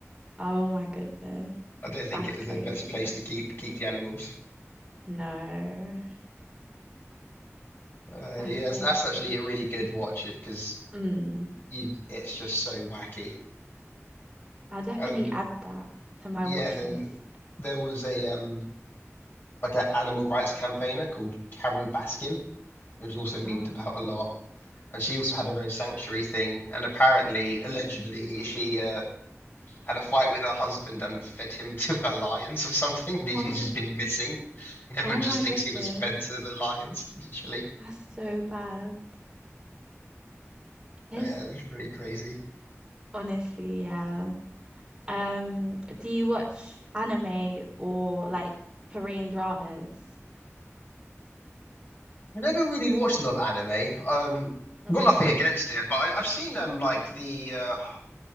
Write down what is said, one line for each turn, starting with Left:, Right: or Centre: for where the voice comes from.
Right: Oh my goodness.
Left: I don't think
Right: That's
Left: it is
Right: crazy.
Left: the best place to keep keep the animals.
Right: No,
Left: Uh,
Right: that's
Left: yeah,
Right: crazy.
Left: that's, that's actually a really good watch it because
Right: Mm.
Left: you it's just so wacky.
Right: I'll definitely
Left: And then,
Right: add that to my
Left: yeah,
Right: watch
Left: and then
Right: list.
Left: there was a um like an animal rights campaigner called Carol Baskin, It was also
Right: Ah.
Left: memed about a lot. And she also had her own sanctuary thing. And apparently, allegedly, she uh, had a fight with her husband and fed him to her lions or something. And he's,
Right: Oh,
Left: he's just been missing. And Everyone
Right: oh
Left: just
Right: my
Left: thinks
Right: goodness.
Left: he was fed to the lions, <laughs> literally.
Right: That's so bad. It's
Left: Yeah, it was pretty crazy.
Right: honestly, yeah. Um, do you watch anime or like Korean dramas?
Left: I never really watched a lot of anime. Um,
Right: Mm.
Left: I've got nothing against it, but I, I've seen um like the uh,